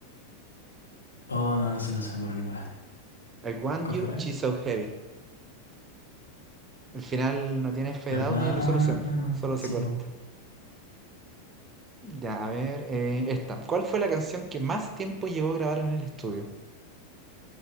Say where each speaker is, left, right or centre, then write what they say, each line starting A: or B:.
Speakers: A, on the left (about 75°); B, on the right (about 20°).
A: oh, no, no sé, no se me ocurre ninguna.
B: I Want
A: ¿Cuál
B: You,
A: fue?
B: She's So Heavy. El final no tiene fade
A: ¿Verdad?
B: out ni resolución, solo
A: Sí,
B: se corta.
A: po.
B: Ya, a ver, eh, esta. ¿Cuál fue la canción que más tiempo llevó a grabar en el estudio?